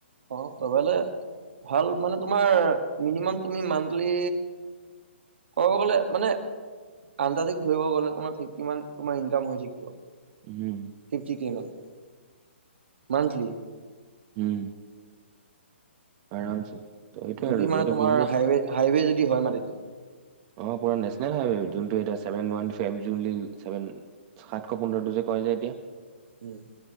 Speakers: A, on the right (about 65°); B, on the right (about 35°).
A: অ ভ মান ভাল মানে তোমাৰ মিনিমাম তুমি মান্থলী কব গলে মানে আন্দাজি ধৰিব গলে তোমাৰ ফিফটি মান তোমাৰ ইনকাম হৈ থাকিব।
B: উম
A: ফিফটি কিমান? মান্থলি?
B: হুম। আৰামছে। এইটোয়ে
A: যদি
B: আৰু
A: মানে
B: এইটো
A: তোমাৰ
B: বিজনেছ
A: হাই -হাইৱে যদি যদি হয় মানে এইটো
B: অ পুৰা নেচনেল হাই ৱে যোনটো এতিয়া চেভেন ওৱান ফাইভ জুন লৈকে চেভেন সাতশ পোন্ধৰটো যে কৈ যে।
A: উম